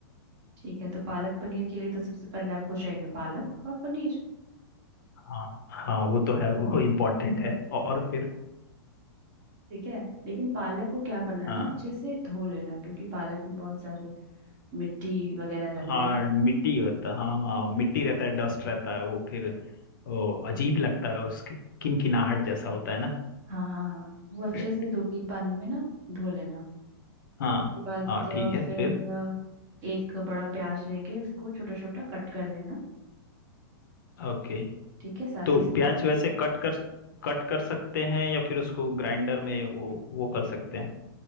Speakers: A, on the right (about 25°); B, on the left (about 50°).
A: ठीक है तो पालक पनीर के लिए तो सबसे पहले आपको चाहिए पालक और पनीर
B: हाँ हाँ वो तो है वो इम्पोर्टेंट है और फिर
A: ठीक है लेकिन पालक को क्या करना है
B: हाँ
A: ना अच्छे से धो लेना क्योंकि पालक में बहुत सारे मिट्टी वगैरह रहते
B: हाँ
A: हैं
B: मिट्टी होता है हाँ हाँ मिट्टी रहता है डस्ट रहता है वो फिर वो अजीब लगता है उसकी किनकिनाहट जैसा होता है
A: हाँ हाँ हाँ वो अच्छे
B: ना
A: से दो तीन पानी में ना धो लेना
B: हाँ
A: उसके बाद
B: हाँ
A: अ,
B: ठीक है
A: फिर
B: फिर
A: अ, एक बड़ा प्याज लेके उसको छोटा छोटा कट कर लेना
B: ओके
A: ठीक है साथ
B: तो
A: ही साथ
B: प्याज वैसे कट कर कट कर सकते हैं या फिर उसको ग्राइंडर में वो वो कर सकते हैं